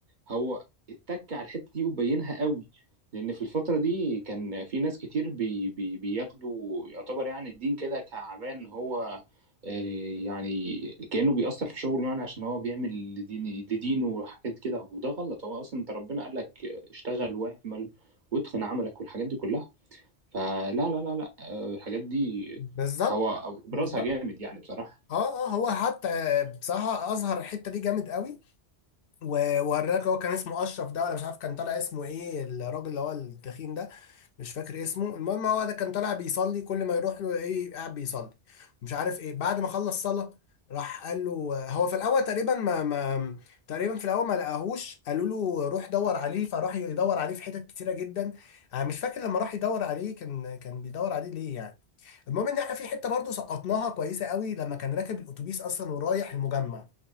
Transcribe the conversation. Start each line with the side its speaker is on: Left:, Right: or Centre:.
Right: هو اتك على الحته دي وبينها قوي لان في الفتره دي كان في ناس كتير بي بي بياخدوا يعتبر يعني الدين كده كعبان هو آه، يعني كانه بيأثر في شغله يعني عشان هو بيعمل لدين لدينه وحاجات كده وده غلط هو اصلا انت ربنا قال لك اشتغل واعمل واتقن عملك والحاجات دي كلها فلا لا لا لا آه، الحاجات دي
Left: بالظبط
Right: هو ابرزها
Left: بالظبط
Right: جامد يعني بصراحه
Left: اه اه هو حتى بصراحه اظهر الحته دي جامد قوي ووراك هو كان اسمه اشرف ده ولا مش عارف كان طالع اسمه ايه الراجل اللي هو التخين ده مش فاكر اسمه المهم هو ده كان طالع بيصلي كل ما يروح له ايه قاعد بيصلي مش عارف ايه بعد ما خلص صلاة راح قال له هو في الاول تقريبا ما ما تقريبا في الاول ما لقاهوش قالوا له روح دور عليه فراح يدور عليه في حتت كتيرة جدا انا مش فاكر لما راح يدور عليه كان كان بيدور عليه ليه يعني المهم ان احنا في حته برضه سقطناها كويسه قوي لما كان راكب الاتوبيس اصلا ورايح المجمع